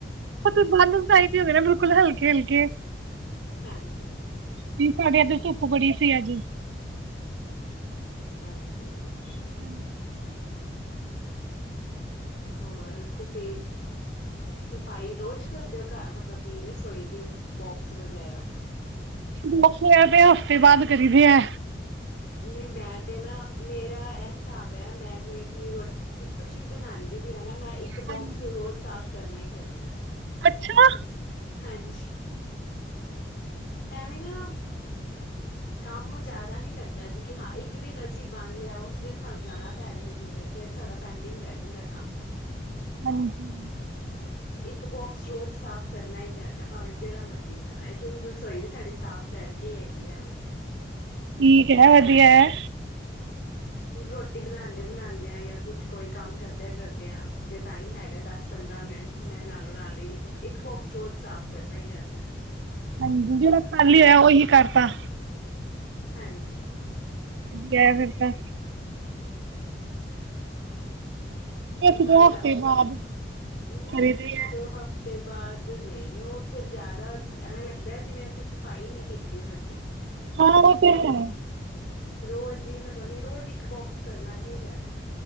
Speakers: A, on the right; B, on the left.
A: ਉਹ ਬਾਈ ਹਦੇ ਨਾ ਬਿਲਕੁਲ ਹਲਕੇ ਹਲਕੇ
B: ਹਾਂਜੀ।
A: ਵੀ ਸਾਡੇ ਇੱਧਰ ਧੁੱਪ ਕਹਿੰਦਾ ਵੇਖ ਚਲਾ ਦੇ ਨਹੀਂ ਕਨੂੰ ਫੁੱਲ ਰੇਖਾ ਚਲਾ ਕੇ ਬੜੀ ਸੀ ਅੱਜ
B: ਅੱਛਾ ਜੀ
A: ਚਲ
B: ਹੋਰ ਤੁਸੀਂ ਸਫ਼ਾਈ ਰੋਜ਼ ਕਰਦੇ ਹੋ ਘ ਮਤਲਬ ਕਿ ਰਸੋਈ ਦੀ ਬੋਕਸ ਵਗੈਰਾ
A: ਦੋ ਤੇ ਹਫ਼ਤੇ ਬਾਅਦ ਕਰੀਦੇ ਹੈ
B: ਨਹੀਂ ਮੈਂ ਤੇ ਨਾ ਮੇਰਾ ਇਹ ਹਿਸਾਬ ਹੈ ਮੈਂ ਜਿਵੇਂ ਕਿ ਰੋਟੀ ਕੁ ਕੁਛ ਵੀ ਬਣਾਉਂਦੀ ਪ ਹ ਨਾ ਮੈਂ ਇੱਕ
A: ਹਾਂਜੀ
B: ਬੋਕਸ ਰੋਜ਼ ਸਾਫ਼ ਕਰਨਾ ਕਰਨਾ
A: ਅੱਛਾ
B: ਹਾਂਜੀ ਐਵੇਂ ਨਾ ਕੰਮ ਜਿਆਦਾ ਨੀ ਲੱਗਦਾ ਜੀ ਕਿ ਹਾਂ ਇੱਕ ਦਿਨ ਅਸੀਂ ਬੰਣ ਲਿਆ ਉਸ ਦਿਨ ਸਾਨੂੰ ਜਾਣਾ ਪੈ ਜਾਵੇਗੀ ਤੇ ਫੇਿਰ ਸਾਡਾ ਪੈਂਡਿੰਗ ਰਹਿ ਜਾਂਦਾ ਕੰਮ
A: ਹਾਂਜੀ
B: ਇੱਕ ਬੋਕਸ ਰੋਜ਼ ਸਾਫ਼ ਕਰਨਾ ਹੀ ਕਰਨਾ ਭਾਵੇਂ ਜਿਹੜਾ ਮਰਜ਼ੀ ਕਰਨਾ ਇਸ ਲਈ ਰਸੋਈ ਵੀ ਸਾਡੀ ਸਾਫ਼ ਰਹਿੰਦੀ ਹੈਗੀ ਹੈ ਐਵੇਂ ਤੇ
A: ਠੀਕ ਹੈ ਵਧੀਆ ਹੈ
B: ਰੋਟੀ ਬਣਾਉਂਦੇ ਬਣਾਉਂਦੇ ਆ ਜਾਂ ਕੁਛ ਕੋਈ ਕੰਮ ਕਰਦਿਆਂ ਕਰਦੇਿਆਂ ਜੇ ਟਾਈਮ ਹੈਗਾ ਦਸ ਪੰਦਰਾਂ ਮਿੰਟ ਮੈਂ ਨਾਲੋਂ ਨਾਲ ਹੀ ਇੱਕ ਇੱਕ ਬੋਕਸ ਰੋਜ਼ ਸਾਫ਼ ਕਰਨਾ ਹੀ ਕਰਨਾ
A: ਹਾਂ ਜਿਹੜਾ ਖਾਲੀ
B: ਐਵੇਂ
A: ਆ ਉਹੀ ਕਰਤਾ
B: ਹਾਂਜੀ
A: ਵਧੀਆ ਫਿਰ ਤਾਂ
B: ਸਫਾਈ
A: ਇੱਕ ਦੋ ਹਫ਼ਤੇ
B: ਆਪ
A: ਬਾਅਦ
B: ਨਹੀਂ
A: ਕਰੀ ਦੀ
B: ਇੱਕ
A: ਹੈ
B: ਦੋ ਹਫ਼ਤੇ ਬਾਅਦ ਨਹੀਂ ਉਹ ਫਿਰ ਜ਼ਿਆਦਾ ਐਵੇਂ ਲੱਗਦਾ ਜਿਵੇਂ ਅਸੀਂ ਸਫਾਈ ਨਹੀਂ ਕੀਤੀ ਹੁੰਦੀ
A: ਹਾਂ ਉਹ ਤਾਂ ਹੈ
B: ਰੋਜ਼ ਹੀ ਮਤਲਬ ਕਿ ਰੋਜ਼ ਇੱਕ ਬੋਕਸ ਕਰਨਾ ਹੀ ਕਰਨਾ